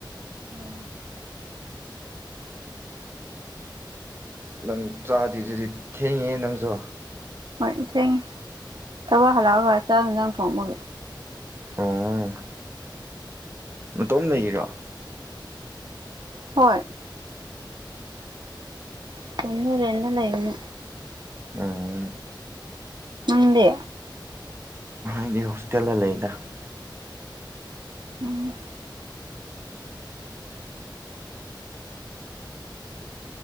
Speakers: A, on the right (about 65°); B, on the right (about 30°).
A: ꯑꯣ
B: ꯅꯪ ꯆꯥꯗ꯭ꯔꯤꯗꯨꯗꯤ ꯊꯦꯡꯉꯦꯍꯦ ꯅꯪꯁꯨ
A: ꯍꯣꯏ ꯊꯦꯡꯉꯦ ꯊꯕꯛ ꯍꯂꯛꯑꯒ ꯆꯥꯛ ꯏꯟꯖꯥꯡ ꯊꯣꯡꯕꯒꯤ
B: ꯑꯣ ꯅꯇꯣꯝ ꯂꯩꯔꯤꯔꯣ
A: ꯍꯣꯏ ꯇꯨꯡꯅ ꯔꯦꯟꯗ ꯂꯩꯕꯅꯦ
B: ꯑ
A: ꯅꯪꯗꯤ
B: ꯅꯤꯔ ꯍꯣꯁꯇꯦꯜꯗ ꯂꯩꯗ
A: ꯎꯝ